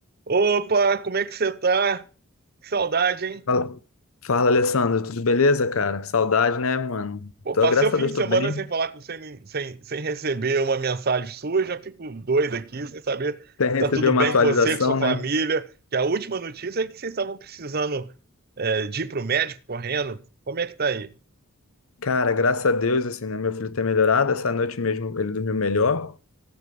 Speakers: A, on the right; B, on the left.
A: Opa, como é que você tá? Que saudade, hein?
B: Fala, fala, Alessandro, tudo beleza, cara? Saudade, né, mano?
A: Pô,
B: Tô,
A: passei
B: graças
A: o fim
B: a Deus,
A: de
B: tô
A: semana
B: bem.
A: sem falar com você, sem, sem sem receber uma mensagem sua, já fico doido aqui, sem saber
B: Até
A: se
B: receber
A: tá tudo
B: uma
A: bem
B: atualização,
A: com você, com sua família.
B: né?
A: Que a última notícia é que vocês estavam precisando é, de ir pro médico correndo. Como é que tá aí?
B: Cara, graças a Deus, assim, né? Meu filho tem melhorado. Essa noite mesmo ele dormiu melhor.